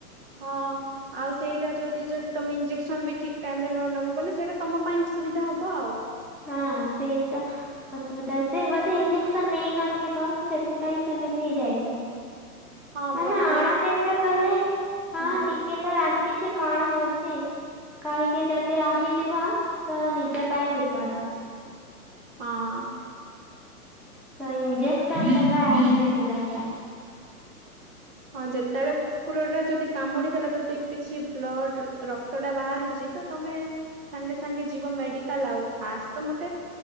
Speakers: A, on the right; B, in the centre.
A: ହଁ ଆଉ ସେଇଟା ଯଦି ଯଦି ତମେ ଇଞ୍ଜେକ୍ସନ ବି ଠିକ ଟାଇମ ରେ ନ ନେବ ବଲେ ସେଇଟା ତମ ପାଇଁ ଅସୁବିଧା ହବ ଆଉ।
B: ହଁ ସେଇତ ଅସୁବିଧା ସେ ବୋଧେ ଇଞ୍ଜେକ୍ସନ ନେଇନଥିବ ସେଥିପାଇଁ ସେମିତି ହେଇଯାଇଥିବ।
A: ହଁ
B: ମାନେ
A: ପ୍ରଥମେ
B: ଆଣ ଦେଖା କଲେ ହଁ
A: ହୁଁ
B: ଟିକେ -- ସେ ରାମ୍ପି ଚି କଣ ହଉଚି। କାହିଁକି ଯଦି ରାହିଯିବ ତ ନିଜ ପାଇଁ ବିପଦ।
A: ହଁ
B: ତ ଇଜେକ୍ସନ ନବା ତ ନିହାତି ଦରକାର।
A: ହଁ ଯେତେବେଳେ କୁକୁର ଟା ଯଦି କାମୁଡି ଦେଲା ଯଦି କିଛି ବ୍ଲଡ ର -- କ୍ତ ଟା ବାହାରୁଚି ତ ତମେ -- ସାଙ୍ଗେ ସାଙ୍ଗେ ଯିବ ମେଡିକାଲ ଆଉ। ଫାଷ୍ଟ ତ ମତେ